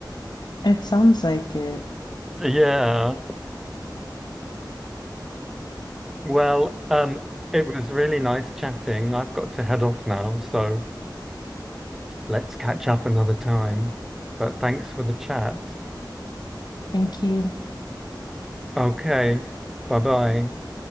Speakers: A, on the left; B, in the centre.
A: It sounds like it.
B: Yeah. Well, um, it was really nice chatting. I've got to head off now, so let's catch up another time. But thanks for the chat.
A: Thank you.
B: Okay, bye bye.